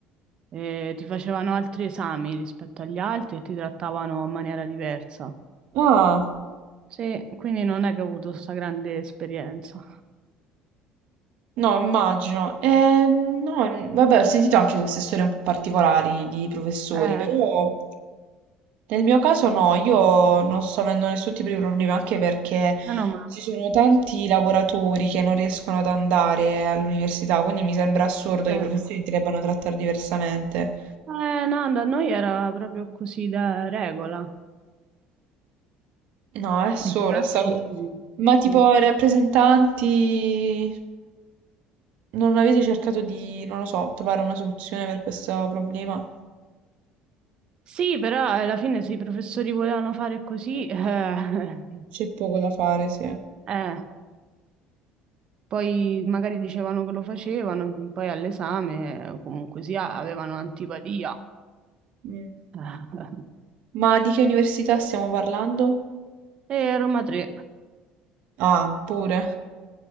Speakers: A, on the right; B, on the right.
A: e ti facevano altri esami rispetto agli altri e ti trattavano in maniera diversa.
B: Ah.
A: Sì, quindi non è che ho avuto questa grande esperienza.
B: No, immagino. Ehm, no, n- vabbè, ho sentito anche queste storie un po' particolari di professori,
A: Eh,
B: però nel mio caso no, io non
A: Io
B: sto avendo nessun tipo di problema, anche perché
A: meno male.
B: ci sono tanti lavoratori che non riescono ad andare all'università, quindi mi sembra assurdo
A: certo.
B: che i professori ti debbano trattare diversamente.
A: Eh, no, da noi era proprio così da regola.
B: No, è assurdo.
A: Infatti,
B: sta cosa. Ma
A: sì.
B: tipo rappresentanti, non avete cercato di, non lo so, trovare una soluzione per questo problema?
A: Sì, però alla fine se i professori volevano fare così, eh,
B: C'è poco da fare, sì.
A: eh, poi magari dicevano che lo facevano, poi all'esame eh, comunque sia, avevano antipatia.
B: Mm.
A: Eh,
B: Ma di che università stiamo parlando?
A: E Roma 3,
B: Ah, pure.